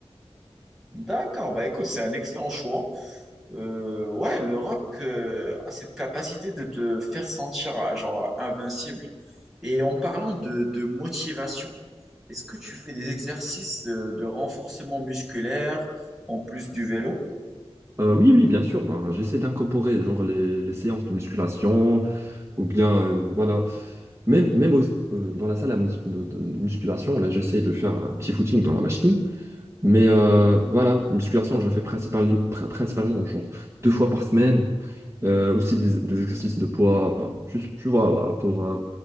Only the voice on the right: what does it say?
Euh, oui, oui, bien sûr, ben, j'essaie d'incorporer genre les, les séances de musculation, Ou bien, euh, voilà. Même, même aux- euh, dans la salle à mus- de, de musculation, là, j'essaie de faire un petit footing dans la machine. Mais euh, voilà, musculation, je la fais principalement, pr- principalement genre deux fois par semaine. Euh, aussi des, des exercices de poids, enfin, tu, tu vois, là, pour euh,